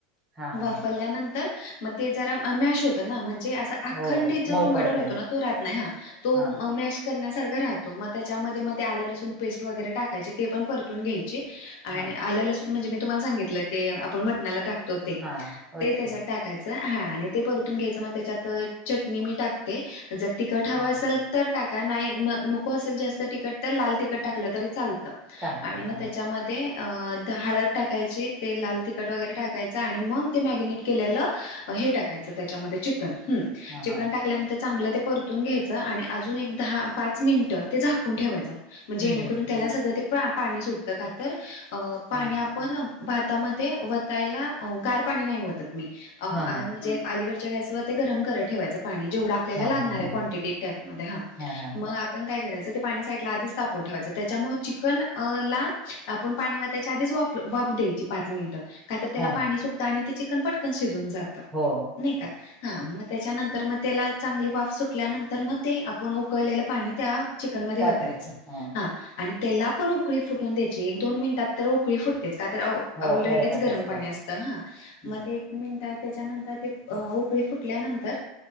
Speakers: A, on the right; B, on the left.
A: हा हा
B: वाफल्यानं-
A: हा
B: तर म ते जरा मॅश होत ना म्हण हे असं अखंडित
A: हो
B: जो
A: मऊ
B: टोमॅटो
A: पडते
B: रातो ना तो राहत नाय ह तो
A: हां,
B: मॅश करण्यासारखा राहतो म त्याच्यामध्ये म ते आल लसून पेस्ट वगैरे टाकायची ते पण परतून घ्याय ची आण
A: हां,
B: आलं लसुण म्हणजे मी तुम्हाला सांगितल की आपण मटणाला टाक तो ते
A: हां.
B: ते
A: ओके.
B: त्याजात टाकायच हा आणि ते परतून घ्यायचं म त्याच्यात चटणी मी टाकते जर तिकट हव
A: हां,
B: असल
A: हां.
B: तर टाका नाही न नको असल जास्त तिकट तर लाल तिकट टाकलं तरी चाल त
A: चालतंय.
B: आणि म
A: हां.
B: त्याच्यामध्ये अ द हाळद टाकायची. ते लाल तिखट वगैरे टाकायच आणि मग ते मॅगिनेट केलेलं हे टाक यच त्याच्यामध्ये चिकन हं
A: हां,
B: चिकन
A: हां.
B: टाल्यानंतर चांगलं ते परतून घ्यायचं. आणि अजून एक दहा पाच मिनिटं ते झाकून ठेवायचं. म जेणेकरून
A: हं, हं, हं.
B: त्याला सगळं ते पा पाणी सुटतं का तर अ पाणी
A: हां,
B: आपण भातामध्ये वतायला गार पाणी नाही ओतत मी म्हणजे
A: हां, हां.
B: अलीकड अलीकडच्या गॅसवर ते गरम करत ठेवायच पाणी जेवढ आपल्याला
A: हां,
B: लागणार
A: हां, हां,
B: काॅन्टीटी
A: हां.
B: टाईप मध्ये
A: हां, हां.
B: मग आपण काय करायच <inaudible> पाणी साईटला आधीच तपवून ठेवाचं- त्याच्यामुळे चिकन ला आपण पाणी वतायच्या आधीच वाप वाप देत- पाच मिनट का तर त्याला
A: हां.
B: पाणी सुटत आणि ते चिकन पटकन सुकत शिजून जात
A: हो.
B: नाही का हा मग ते त्याच्यानंतर मग त्याला चांगली वाफ सुटल्यानंतर मग ते आपण उकळलेलं पाणी त्या- चिकनमध्ये
A: टाकायचं.
B: वतायचं
A: हां.
B: हा आणि- त्याला पण उकळी फुटून द्याय एक दोन मिनिटात तर उकळी फुटतेच का तर- ऑलरेडीच
A: हो गरमच
B: गरम
A: असते.
B: पाणी असतं हा
A: हं.
B: मग एक मिनिटात त्याच्यानंतर ते उकळी फुटल्यानंतर